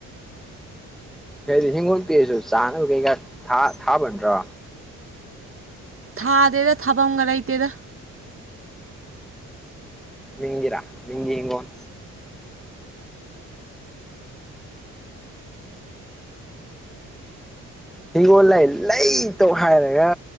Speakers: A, in the centre; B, on the right (about 35°).
A: ꯍꯥꯏꯗꯤ ꯍꯤꯡꯒꯣꯜ ꯄꯦꯛꯑꯁꯨ ꯆꯥꯅꯕ ꯀꯩꯀꯥ ꯊꯥꯕ ꯅꯠꯇ꯭ꯔꯣ
B: ꯊꯥꯗꯦꯗ ꯊꯥꯐꯝꯒ ꯂꯩꯇꯦꯗ
A: ꯃꯤꯒꯤꯔꯥ ꯃꯤꯒꯤ ꯍꯤꯡꯒꯣꯟ ꯍꯤꯡꯒꯣꯜ ꯂꯩ ꯂꯩꯇꯧ ꯍꯥꯏꯔꯒ